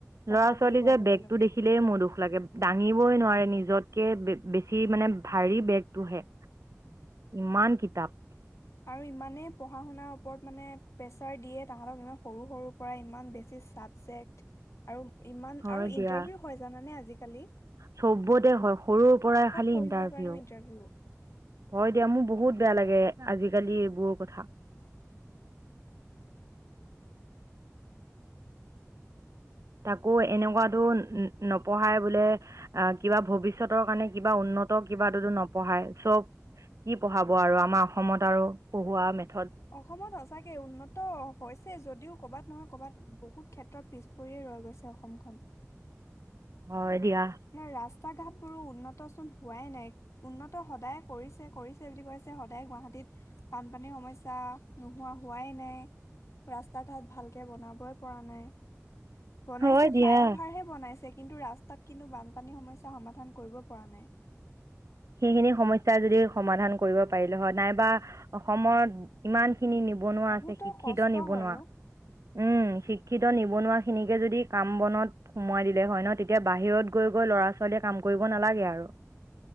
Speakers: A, on the left; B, on the right.
A: পঢ়া
B: লৰা ছোৱালী
A: বুলি কোৱাৰ
B: যে
A: লগে
B: বেগতটো
A: লগে
B: দেখিলেই মোৰ দুখ লাগে দাঙিবই নোৱাৰে নিজত। কে বেছি মানে ভাৰী বেগটোহে ইমান কিতাপ।
A: আৰু ইমানেই পঢ়া শুনাৰ ওপৰত মানে প্ৰেচাৰ দিয়ে তাহতক ইমান সৰু সৰুৰ পৰা ইমান বেছি চাবজেক্ট আৰু। ইমান
B: হয়
A: আৰু
B: দিয়া
A: ইণ্টাৰভিউ হয় জানানে আজি। কালি।
B: চবতে হয় সৰুৰ পৰাই খালি
A: পঢ়িবৰ
B: ইন্টাৰভিউ
A: কাৰণেও ইণ্টাৰভিউ
B: হয় দিয়া মোৰ বহুত বেয়া লাগে। আজিকালি এইবোৰ কথা। তাকো এনেকুৱাতো নপঢ়াই বোলে। আহ কিবা ভৱিষ্যতৰ কাৰণে কিবা উন্নত কিবাতো নপঢ়ায় চব কি পঢ়াব আৰু আমাৰ অসমত আৰু পঢ়োৱা ম।
A: অসমত সচাকে উন্নত হৈছে যদিও কৰ'বাত নহয় কৰ'বাত বহুত। ক্ষেত্ৰ পিছপয়েই ৰৈ গৈছে অসমখন।
B: হয়। দিয়া
A: নে ৰাস। ৰাস্তা ঘাট বোৰো উন্নত চোন হোৱাই নাই উন্নত সদায় কৰিছে কৰিছে বুলি কৈছে। সদায় গুৱাহাটীত বানপানীৰ সমস্যা নোহোৱা হোৱাই নাই ৰাস্তা ঘাট ভালকে বনাবই পৰা নাই। বনাইছে
B: হয়
A: ফ্লাই
B: দিয়া
A: অভাৰ হে বনাইছে। কিন্তু, ৰাস্তাত কিন্তু বানপানী সমস্যা সমাধান কৰিব পৰা নাই।
B: সেইখিনি সমস্যা যদি সমাধান কৰিব পাৰিলে হয়। নাইবা অসমত ইমান খিনি নিবনুৱা
A: বহুতৰ
B: আছে, শিক্ষিত
A: কষ্ট
B: নিবনুৱা।
A: হয় অ
B: উম, শিক্ষিত নিবনুৱা খিনিকে যদি কাম বনত সোমোৱাই দিলে হয় ন। তেতিয়া বাহিৰত গৈ গৈ লৰা-ছোৱালীয়ে কাম কৰিব নালাগে আৰু।